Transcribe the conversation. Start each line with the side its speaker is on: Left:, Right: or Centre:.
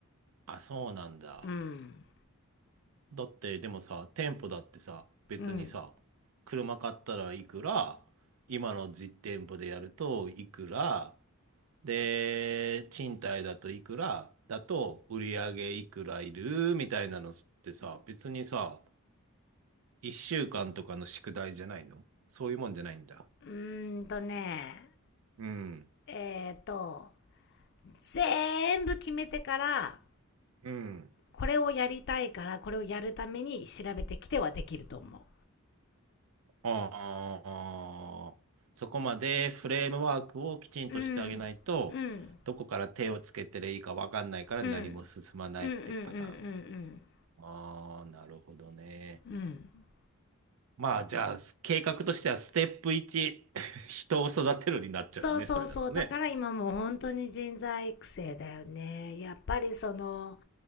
Right: あ、そうなんだ。
Left: うん。
Right: だってでもさ、店舗だってさ、別にさ、
Left: うん。
Right: 車買ったらいくら、今の実店舗でやるといくら、で、賃貸だといくら、だと売り上げいくらいるみたいなのってさ、別にさ、1週間とかの宿題じゃないのそういうもんじゃないんだ。
Left: うーんとね、
Right: うん。
Left: えーと、全部決めてから、
Right: うん。
Left: これをやりたいから、これをやるために調べてきてはできると思
Right: ああ、そこまでフレームワークをきちんとしてあげないと、
Left: う。うん。うん。
Right: どこから手をつけてりゃいいかわかんないから何も進まないってパターン。
Left: うん。うんうんうんうん
Right: ああ、なるほどね。
Left: うんうん。
Right: まあ、じゃあ、計画としてはステップ1、<laughs> 人を育てるになっちゃうね、
Left: そうそうそう。
Right: それだとね。
Left: だから今もう本当に人材育成だよね。やっぱりその、